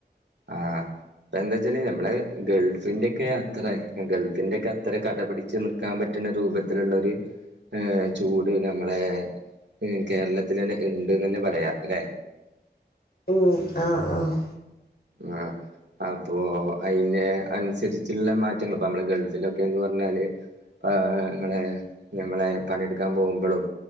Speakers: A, on the right; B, on the left.
A: ആഹ് ഇപ്പ എന്താ വെച്ചാല് നമ്മളെ ഗൾഫിന്റെ ഒക്കെ അത്ര ഗൾഫിന്റെ ഒക്കെ അത്ര കെട പിടിച്ച് നി ക്കാൻ പറ്റണ രൂപത്തിലുള്ളൊരു ചൂട് നമ്മളെ ഉം കേരളത്തില് തന്നെ ഇണ്ട് എന്ന് തന്നെ പറയാം അല്ലേ
B: ഉം ആഹ് ആഹ്
A: ആഹ് അപ്പൊ അതിന്റെ അനുസരിച്ചുള്ള മാറ്റങ്ങള് ഇപ്പൊ നമ്മള് ഗൾഫിലൊക്കെന്ന് പറഞ്ഞാല് ആഹ് ഞമ്മളെ ഞമ്മളെ പണി എടുക്കാൻ പോകുമ്പളും